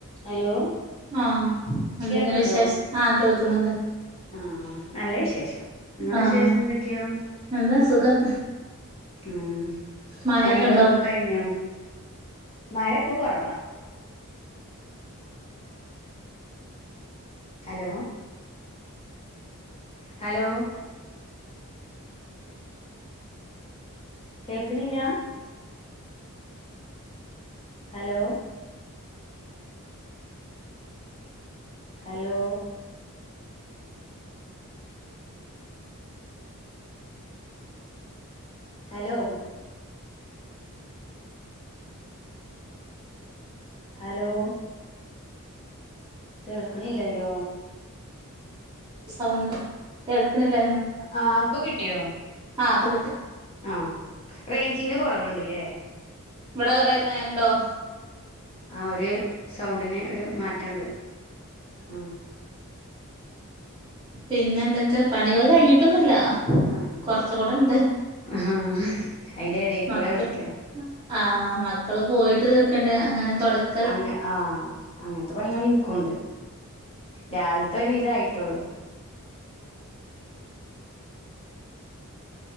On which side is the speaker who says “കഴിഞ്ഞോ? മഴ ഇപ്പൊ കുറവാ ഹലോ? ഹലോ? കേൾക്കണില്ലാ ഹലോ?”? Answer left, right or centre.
Left